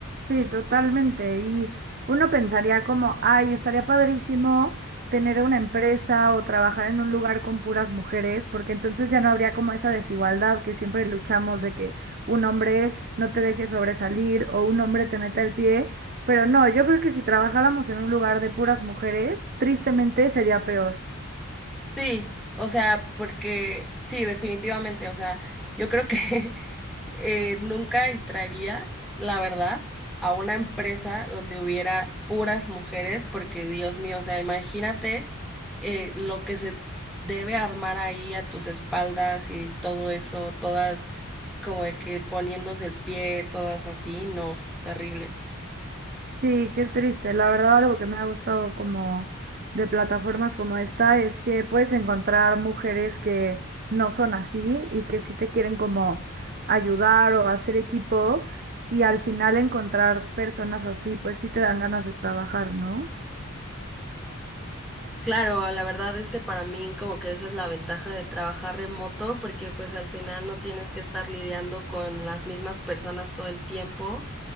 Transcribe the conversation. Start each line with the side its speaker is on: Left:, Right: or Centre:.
Right: Sí, totalmente. Y uno pensaría como, ay, estaría padrísimo tener una empresa o trabajar en un lugar con puras mujeres, porque entonces ya no habría como esa desigualdad que siempre luchamos de que un hombre no te deje sobresalir o un hombre te meta el pie. Pero no, yo creo que si trabajáramos en un lugar de puras mujeres, tristemente sería peor.
Centre: Sí, o sea, porque sí, definitivamente, o sea, yo creo que <laughs> eh, nunca entraría, la verdad, a una empresa donde hubiera puras mujeres, porque Dios mío, o sea, imagínate eh, lo que se debe armar ahí a tus espaldas y todo eso, todas como de que poniéndose el pie, todas así, no, terrible.
Right: Sí, qué triste. La verdad, algo que me ha gustado como de plataformas como esta es que puedes encontrar mujeres que no son así y que sí te quieren como ayudar o hacer equipo y al final encontrar personas así, pues sí te dan ganas de trabajar, ¿no?
Centre: Claro, la verdad es que para mí como que esa es la ventaja de trabajar remoto, porque pues al final no tienes que estar lidiando con las mismas personas todo el tiempo